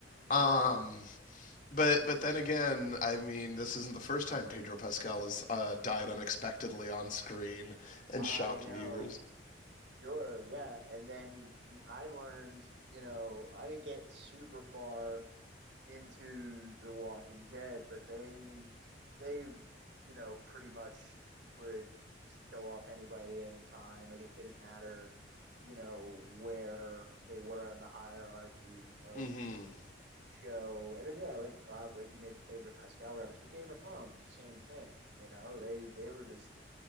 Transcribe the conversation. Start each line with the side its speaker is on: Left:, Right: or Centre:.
Left: Um
Right: Right.
Left: but but then again, I mean, this isn't the first time Pedro Pascal has uh, died unexpectedly on screen and
Right: I
Left: shocked
Right: know.
Left: viewers.
Right: Sure, yeah. And then I learned, you know, I didn't get super far into The Walking Dead, but they they, you know, pretty much would just kill off anybody anytime. Like it didn't matter, you know, where they were in the hierarchy of
Left: Mm-hmm.
Right: the show. And then yeah, like uh, like you made the Pedro Pascal reference, but Game of Thrones, the same thing, you know. They they were just